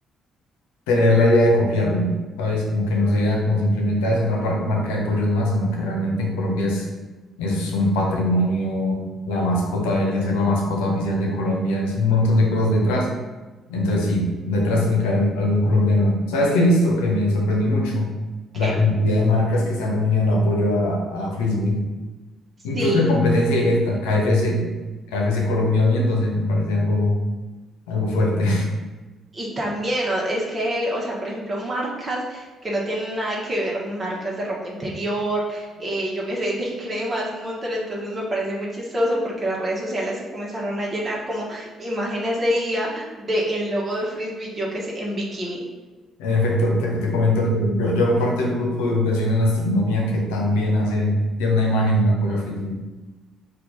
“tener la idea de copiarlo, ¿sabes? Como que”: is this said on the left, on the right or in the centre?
Left